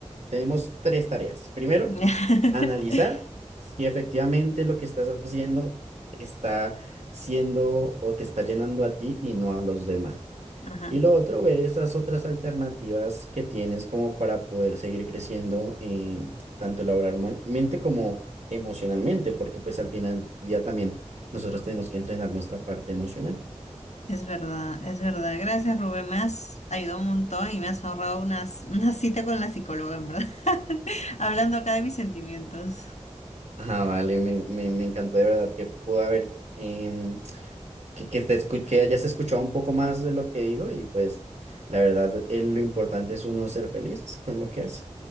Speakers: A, on the right; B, on the left.
A: tenemos tres tareas. Primero,
B: <laughs>
A: analizar si efectivamente lo que estás haciendo está siendo o te está llenando a ti y no a los demás.
B: Ajá,
A: Y lo otro, ver esas otras alternativas que tienes como para poder seguir creciendo eh, tanto laboralmente como emocionalmente, porque pues al final del día también nosotros tenemos que entrenar nuestra parte emocional.
B: es verdad, es verdad. Gracias, Rubén. Me has ayudado un montón y me has ahorrado unas, una cita con la psicóloga, en verdad. <laughs> Hablando acá de mis sentimientos.
A: Ah, vale, me, me, me encantó de verdad que pudo haber em, que, que, te escu- que hayas escuchado un poco más de lo que digo y pues la verdad eh, lo importante es uno ser feliz con lo que hace.